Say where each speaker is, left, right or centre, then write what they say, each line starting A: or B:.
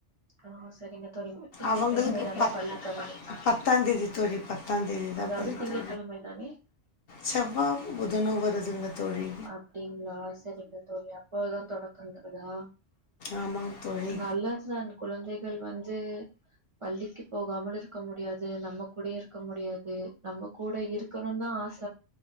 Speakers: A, on the right; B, on the left.
A: ஆ சரிங்க தோழி திங்கட்கிழமை
B: அவங்களுக்கு
A: தான
B: பத்
A: பள்ளி தொடங்குது
B: பத்தாந்தேதி தோழி பத் பத்தாந்தேதி தான்
A: அதாவது
B: பள்ளித்தொ
A: திங்கட்கிழமை தானே
B: செவ்வா புதனோ வருதுங்க தோழி
A: அப்டிங்களா சரிங்க தோழி அப்பதான் தொடக்கங்கிறதா
B: ஆமாங்க தோழி
A: நல்லதுதான் குழந்தைகள் வந்து பள்ளிக்கு போகாமல் இருக்க முடியாது நம்ம கூடயும் இருக்க முடியாது நம்ம கூட இருக்கணுந்தான் ஆச